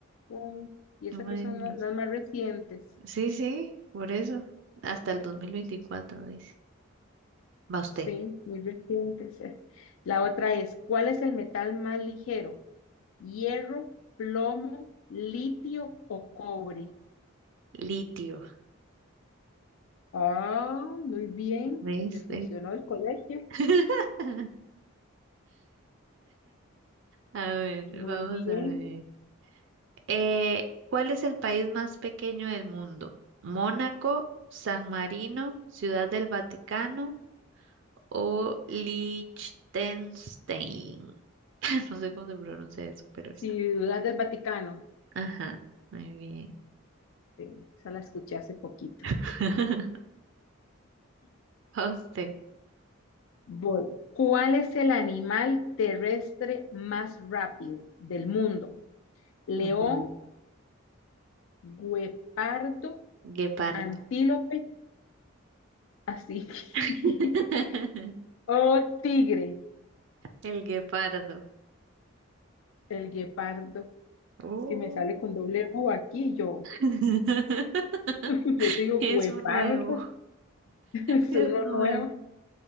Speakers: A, on the left; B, on the right.
A: Mm, Y esas
B: Imagínese.
A: que son la- las más recientes,
B: Sí, sí, por eso. Hasta el 2024 dice. Va usted.
A: sí, muy recientes. eh. La otra es, ¿cuál es el metal más ligero? ¿Hierro, plomo, litio o cobre?
B: Litio,
A: Ah, muy bien,
B: ¿ves?
A: le funcionó el colegio,
B: <laughs> A ver,
A: muy
B: vamos
A: bien.
B: a ver. Eh, ¿cuál es el país más pequeño del mundo? ¿Mónaco, San Marino, Ciudad del Vaticano o Liechtenstein? <laughs> No sé cómo se pronuncia eso, pero esa.
A: Ciudad del Vaticano,
B: Ajá, muy bien.
A: sí, esa la escuché hace poquito.
B: <laughs> A usted.
A: Voy. ¿Cuál es el animal terrestre más rápido del mundo? ¿León,
B: Ajá.
A: guepardo,
B: Guepardo.
A: antílope Así. <laughs>
B: <laughs>
A: Oh, tigre,
B: El guepardo.
A: el guepardo.
B: Oh.
A: Es que me sale con doble U aquí y yo.
B: <laughs>
A: <laughs> Pues digo,
B: Es
A: guepardo.
B: un nuevo,
A: <laughs> Es
B: es
A: uno
B: nuevo.
A: nuevo.